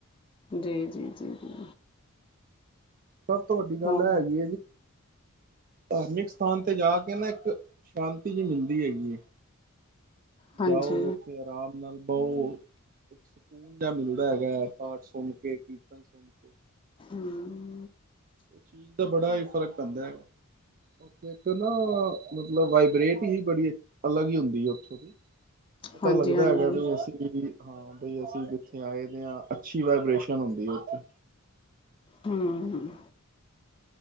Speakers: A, on the left; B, on the right.
A: ਜੀ ਜੀ ਜੀ ਜੀ।
B: ਸਭ ਤੋਂ ਵੱਡੀ ਗੱਲ
A: ਹੋਰ
B: ਇਹ ਹੈਗੀ ਹੈ ਜੀ। ਧਾਰਮਿਕ ਸਥਾਨ ਤੇ ਜਾ ਕੇ ਨਾ ਇੱਕ, ਸ਼ਾਂਤੀ ਜੀ ਮਿਲਦੀ ਹੈਗੀ ਹੈ।
A: ਹਾਂਜੀ
B: ਜਾਓ ਉੱਥੇ ਆਰਾਮ ਨਾਲ ਬੋ। ਸਕੂਨ ਜਿਹਾ ਮਿਲਦਾ ਹੈਗਾ। ਪਾਠ ਸੁਣ ਕੇ, ਕੀਰਤਨ ਸੁਣ ਕੇ।
A: ਹੂੰ
B: ਚੀਜ਼ ਦਾ ਬੜਾ ਹੀ ਫ਼ਰਕ ਪੈਂਦਾ ਹੈਗਾ। ਇੱਕ ਨਾ ਮਤਲਬ, ਵਾਈਬਰੇਟ ਹੀ ਬੜੀ ਅਲੱਗ ਹੀ ਹੁੰਦੀ ਹੈ ਉੱਥੋਂ ਦੀ। ਪਤਾ
A: ਹਾਂਜੀ
B: ਲੱਗਦਾ
A: ਹਾਂਜੀ
B: ਹੈਗਾ ਬਈ ਅਸੀਂ ਵੀ ਜੀ ਹਾਂ ਬਈ ਅਸੀਂ ਜਿੱਥੇ ਆਏ ਦੇ ਹਾਂ। ਅੱਛੀ ਵਾਈਬ੍ਰੇਸ਼ਨ ਹੁੰਦੀ ਆ ਉੱਥੇ।
A: ਹੂੰ ਹੂੰ।